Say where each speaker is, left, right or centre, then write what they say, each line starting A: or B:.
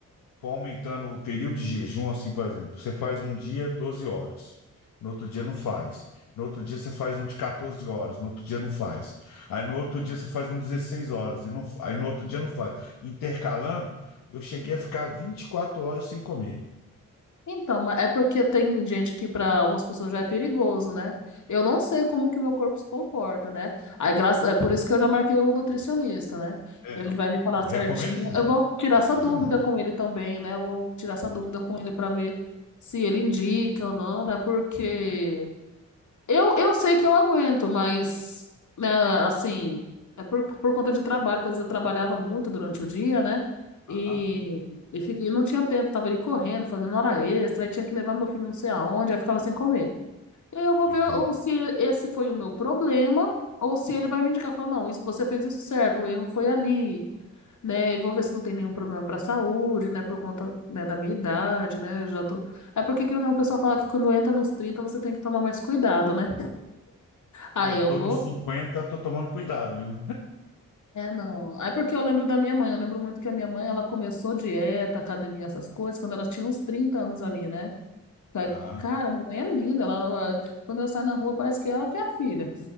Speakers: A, on the left (about 80°); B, on the left (about 60°).
A: for aumentando o período de jejum, assim, por exemplo, você faz um dia 12 horas, no outro dia não faz. No outro dia você faz um de 14 horas, no outro dia não faz. Aí no outro dia você faz um de 16 horas, e não- aí no outro dia não faz. Intercalando, eu cheguei a ficar vinte e quatro horas sem comer.
B: Então, ma- é porque tem gente que para algumas pessoas já é perigoso, né? Eu não sei como que meu corpo se comporta, né? Aí, graças, é por isso que eu já marquei o nutricionista, né?
A: É,
B: Ele
A: não.
B: vai me falar
A: O recomendado.
B: certinho. Eu vou tirar
A: Exatamente.
B: essa dúvida com ele também, né? Eu vou tirar essa dúvida com ele para ver se ele indica ou não, né? Porque eu, eu sei que eu aguento, mas, né, assim, é por, por conta de trabalho, que às vezes eu trabalhava muito durante o dia, né?
A: Aham,
B: E, e, fi- e não tinha tempo, tava ali correndo, fazendo hora extra, aí tinha que levar meu filho não sei aonde, aí ficava sem comer. E aí eu vou
A: eu
B: ver
A: entendo.
B: ou se esse foi o meu problema, ou se ele vai me indicar, falar, não, isso, você fez isso certo, o erro foi ali, né? E vou ver se não tem nenhum problema pra saúde, né? Por conta, né, da minha idade, né? Eu já tô... É porque, querendo ou não, o pessoal fala que quando entra nos 30 você tem que tomar mais cuidado, né? Aí
A: É, eu
B: eu
A: tô
B: vou.
A: nos cinquenta, tô tomando cuidado, viu?
B: É, não. É porque eu lembro da minha mãe. Eu lembro muito que a minha mãe, ela começou dieta, academia, essas coisas, quando ela tinha uns 30 anos ali, né? Aí,
A: Aham.
B: Cara, minha mãe é linda. Ela, ela- quando eu saio na rua, parece que é ela que é a filha.